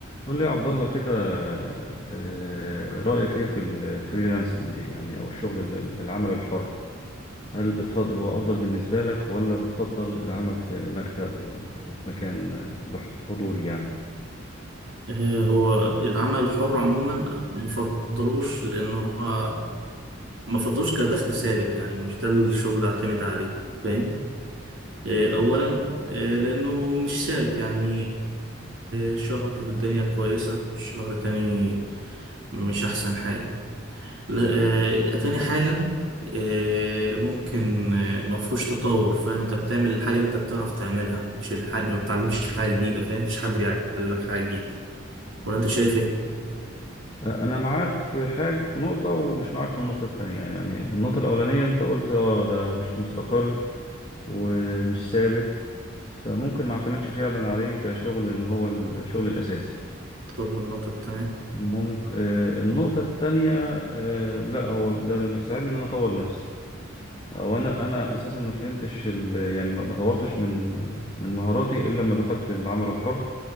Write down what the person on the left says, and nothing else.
قول لي يا عبد الله كده آه، رأيك ايه في الفريلانسنج يعني او الشغل ال- العمل الحر هل بتفضل هو افضل بالنسبة لك ولا بتفضل العمل في مكتب و- وفي مكان آه، بح- حضوري يعني
آه، انا معاك في حاجة في نقطة ومش معاك في النقطة التانية يعني النقطة الاولانية انت قلت اه ده مش مستقر ومش ثابت فممكن ما اعتمدش فعلا عليه كشغل ان هو الشغل الاساسي
ممكن آه، النقطة التانية آه، لا هو ده ده بيساعدني إن أنا أطور نفسي أو أنا أنا أساسا ما فهمتش ال... يعني ما ما طورتش من من مهاراتي إلا لما دخلت العمل الحر